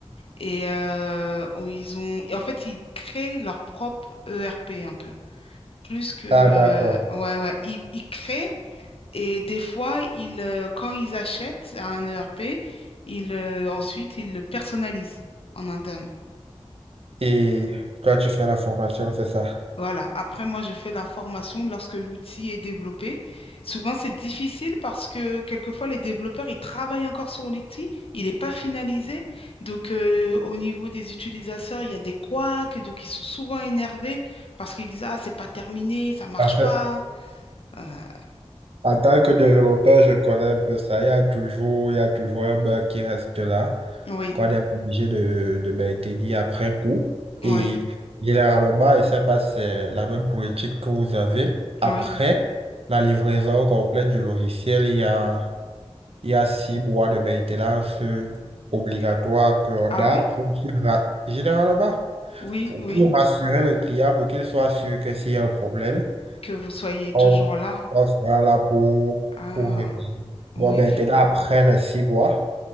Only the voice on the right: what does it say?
Ah, d'accord.
Et toi, tu fais la formation, c'est ça?
En fait,
en tant que développeur, je connais un peu ça. Il y a toujours, il y a toujours un bug qui reste là.
qu'on est obligé de, de maintenir après coup. Et
généralement, bah, je ne sais pas si c'est la même politique que vous avez. Après
la livraison complète du logiciel, il y a, il y a six mois de maintenance obligatoire qu'on
a
pour qu'il ra- généralement
pour,
pour rassurer le client, pour qu'il soit sûr que s'il y a un problème,
on,
on sera là pour,
pour répondre. Bon,
maintenant, après les six mois,